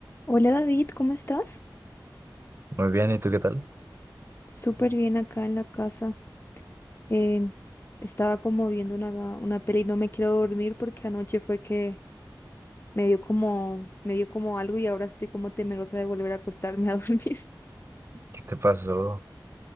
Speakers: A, on the left (about 30°); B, on the right (about 35°).
A: Hola David, ¿cómo estás?
B: Muy bien, ¿y tú qué tal?
A: Súper bien acá en la casa. Eh, estaba como viendo una, una peli y no me quiero dormir porque anoche fue que me dio como, me dio como algo y ahora estoy como temerosa de volver a acostarme a <laughs> dormir.
B: ¿Qué te pasó?